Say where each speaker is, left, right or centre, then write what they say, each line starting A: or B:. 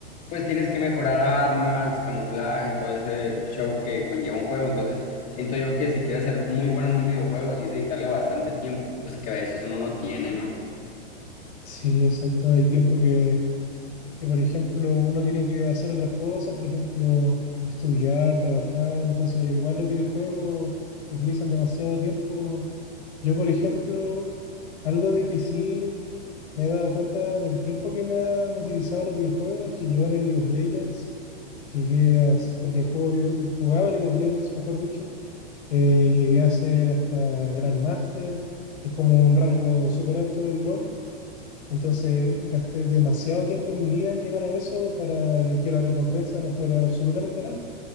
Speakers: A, on the left; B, on the left.
A: pues tienes que mejorar armas, camuflaje, todo ese show que conlleva un juego. Entonces, siento yo que si quieres ser muy bueno en un videojuego, sí dedicarle bastante tiempo, pues que a veces uno no tiene, ¿no?
B: Sí, exacto. Hay tiempo que que por ejemplo uno tiene que hacer otras cosas, por ejemplo, estudiar, trabajar, entonces igual los videojuegos utilizan demasiado tiempo. Yo, por ejemplo, algo de que sí me he dado cuenta del tiempo que me han utilizado los videojuegos es que yo en el League of Legends llegué a, porque juego, video- jugaba League of Legends, mejor dicho, eh, llegué a ser hasta Grandmaster, que es como un rango súper alto del LoL. Entonces gasté demasiado tiempo en mi vida en llegar a eso para que que la recompensa no fuera absolutamente nada,